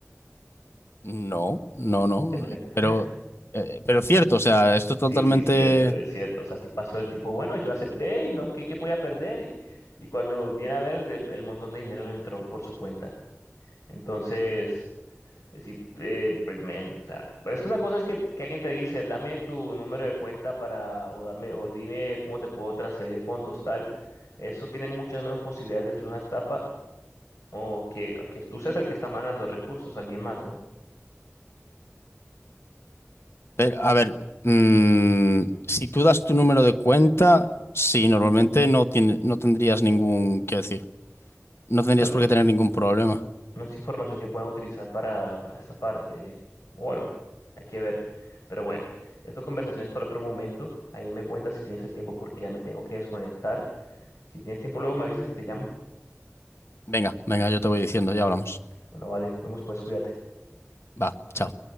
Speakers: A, on the left; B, on the left.
A: No, no, no, eh,
B: <laughs>
A: pero, eh, pero cierto, o sea, esto totalmente...
B: Sí, sí, es cierto, es cierto. O sea, si pasó el tipo, bueno, yo acepté y no, ¿qué, qué podía perder? Y, y cuando viene a ver, el, el montón de dinero le entró por su cuenta. Entonces, Sí, eh, pues men, o sea, pero es que una cosa es que, que alguien te dice, dame tu número de cuenta para, o dame, o dime cómo te puedo transferir fondos, tal. Eso tiene muchas menos posibilidades de ser una estafa o que, o que tú seas el que está mandando recursos a alguien más, ¿no?
A: pero, a ver, mm, si tú das tu número de cuenta, sí, normalmente no tiene, no tendrías ningún, qué decir, no tendrías
B: O sea, no,
A: por qué tener ningún problema.
B: no es información que puedan utilizar para, para estafarte, ¿eh? Bueno, hay que ver. Pero bueno, esta conversación es para otro momento. Ahí me cuentas si tienes el tiempo porque ya me tengo que desconectar. Si tienes tiempo, luego me avisas y te llamo.
A: Venga, venga, yo te voy diciendo, ya hablamos.
B: Bueno, vale, vemos pues, cuídate.
A: Va, chao.